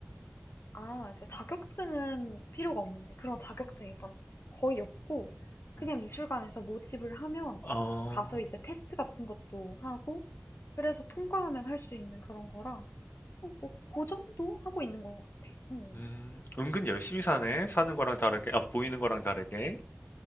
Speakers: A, on the left (about 85°); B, on the left (about 60°).
A: 아, 이제 자격증은 필요가 없는데, 그런 자격증이 일단 거의 없고, 그냥
B: 음.
A: 미술관에서 모집을 하면
B: 어,
A: 가서 이제 테스트 같은 것도 하고, 그래서 통과하면 할 수 있는 그런 거라, 어, 뭐, 그 정도 하고 있는 것 같아. 응.
B: 음, 은근 열심히 사네. 사는 거랑 다르게, 아, 보이는 거랑 다르게.